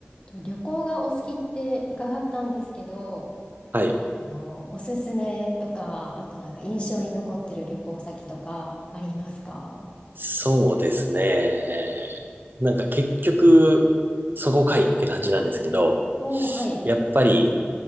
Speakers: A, on the left; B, on the right.
A: と旅行がお好きって伺ったんですけど、
B: はい。
A: あの、おすすめとか、あとなんか印象に残ってる旅行先とかありますか
B: そうですね。なんか結局、そこかいって感じなんですけど、
A: おおー、はい。
B: やっぱり